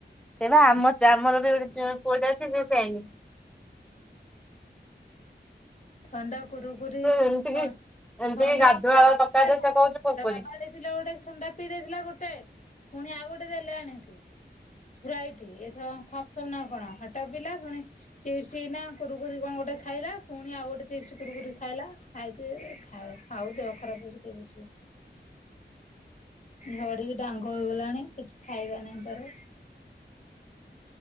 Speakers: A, in the centre; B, on the left.
A: ହେଇବା ଆମ ଯା-ଆମର ବି ଗୋଟେ ପୁଅଟେ ଅଛି, ସେ ସେଇନି।
B: ଥଣ୍ଡା କୁରୁ କୁରି,
A: ସେ ଏମିତି
B: ଥ-ଥଣ୍ଡା
A: କି ଏମିତି କି ଗାଧୁଆଳ
B: <unintelligible>
A: ଦରକାର
B: ଥିଲେ
A: ସେ
B: ଗୋଟେ
A: କହୁଛି କୁରକୁରି
B: ଥଣ୍ଡା ପିଇ ଦେଇଥିଲା ଗୋଟେ, ପୁଣି ଆଉ ଗୋଟେ ଦେଲେ ଆଣିକି। ଷ୍ପା୍ଇଟି ଏ ଥ-ଥମ ସପ ନା କଣ? ହେଟା ପିଲା ପୁଣି ଚିପସ ନା କୁରୁ କୁରେ କଣ ଗୋଟେ ଖାଇଲା, ପୁଣି ଆଉ ଗୋଟେ ଚିପ୍ସ କୁରୁ କୁରି ଖାଇଲା। ଖାଇକି ଖା-ଖାଉ ଦେହ ଖରାପ ହଉଛି କିଏ ବୁଝିବ। ଝଡିକି ଡାଙ୍ଗ ହେଇଗଲାଣି। କିଛି ଖାଇବା ନାହିଁ ତାର।